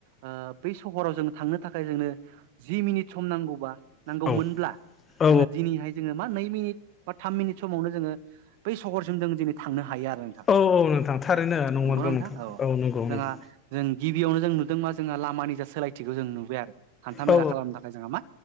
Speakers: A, on the right; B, on the left.
A: ओ बै सहराव जों थांनो थाखाय जोंनो जि मिनिट सम नांगौबा, नांगौमोनब्ला
B: औ औ
A: जोङो दिनैहाय जोङो, बा नै मिनिट बा थाम मिनिट समावनो जोङो बै सहरसिम जोङो दिनै थांनो हायो आरो नोंथां
B: औ औ नोंथां थारैनो, नंमारगौ
A: नंगौना नोंथां औ
B: नंगौ
A: जोंहा
B: नंगौ
A: जों, गिबियावनो जों नुदों मा जोंहा लामानि जा सोलायथिखौ जों नुबाय आरो हान्था
B: औ
A: मेला खालामनो थाखाय जोंहा मा,